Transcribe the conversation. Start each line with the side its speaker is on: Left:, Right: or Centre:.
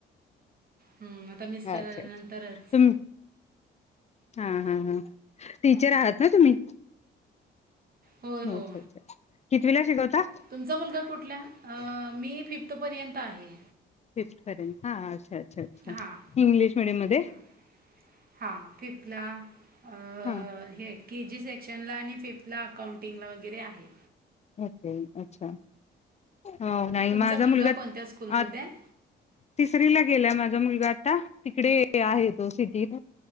Right: हं, आता मिस्टर
Left: अच्छा अच्छा
Right: आल्यानंतरच
Left: तुम् हा हा हा टीचर आहात <unintelligible> तुम्ही
Right: होय हो
Left: अच्छा अच्छा कींतवीला शिकवता
Right: तुमचा मुलगा कुठला मी फिफ्थपर्यंत आहे
Left: फिप्ट पर्यंत हा अच्छा अच्छा अच्छा
Right: हां
Left: इंग्लिश मिडियम मध्ये
Right: हं हां फिफ्तला आं
Left: हा
Right: हे के जी सेक्शनला आणि फिफ्थला अकाउंटिंगला वगैरे आहे
Left: ओके ओके अच्छा हो नाही
Right: तुमचा
Left: माझा मुलगा
Right: कोणत्या स्कूलमध्ये
Left: आ
Right: आहे
Left: तिसरीला गेलाय माझा मुलगा का तिकडे आहे तो सिटीत